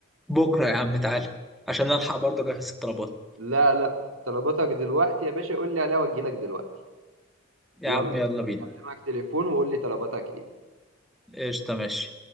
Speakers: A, in the centre; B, on the right (about 85°).
A: بكره يا عم تعالى عشان الحق برضه اجهز الطلبات
B: لا لا طلباتك دلوقتي يا باشا قول لي عليها واجي لك دلوقتي
A: يا
B: يلا
A: عم يلا
B: هكلمك
A: بينا
B: تليفون وقول لي طلباتك ايه
A: قشطه ماشي